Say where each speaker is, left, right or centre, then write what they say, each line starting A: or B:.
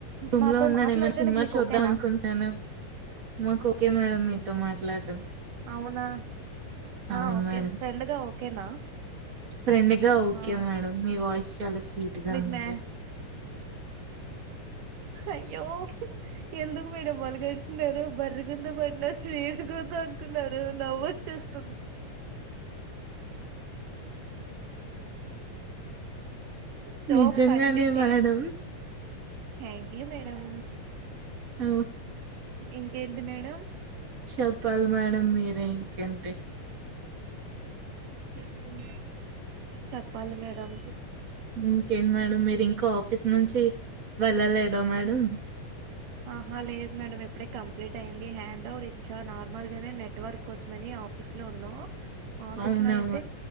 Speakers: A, on the right; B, on the right.
A: రూమ్
B: నాతో
A: లో ఉన్నాను.
B: మాట్లాడడానికి
A: ఏమైన సినిమా
B: మీకు
A: చూద్దాం
B: ఓకేనా
A: అనుకుంటున్నాను మాకు ఓకే మేడం మీతో మాట్లాడడం.
B: అవునా ఆ
A: అవును
B: ఓకే
A: మేడం
B: ఫ్రెండ్ గా ఒకే ఓకేనా
A: ఫ్రెండ్ గా ఓకే
B: ఆ
A: మేడం. మీ వాయిస్ చాల సార్లు ఇటు రండి
B: మీకు మ్యా అయ్యో ఎందుకు డబల్ అంటున్నారు బల్ కింద పడిన స్వీట్ కదా అంటున్నారు నవ్వు వచ్చేస్తుంది సో
A: నిజంగానే
B: పర్లేదు
A: మేడం
B: థాంక్యూ యూ మేడం
A: ఓ,
B: ఇంకేటి మేడం
A: చెప్పాలి మేడం మీరే ఇంకేంటి
B: హ హ్మ్మ్ చెప్పాలి మేడం
A: ఇంకేంది మేడం మీరు ఇంకా ఆఫీస్ నుంచి వెళ్ళలేదా మేడం
B: ఆహ లేదు మేడం ఇప్పుడే కంప్లీట్ అయింది హ్యాండ్ ఓవర్ ఇచ్చా నార్మల్ గానే నెట్వర్క్ కోసమని ఆఫీస్ లో ఉన్నా ఆఫీసులో
A: అవునా
B: అయితే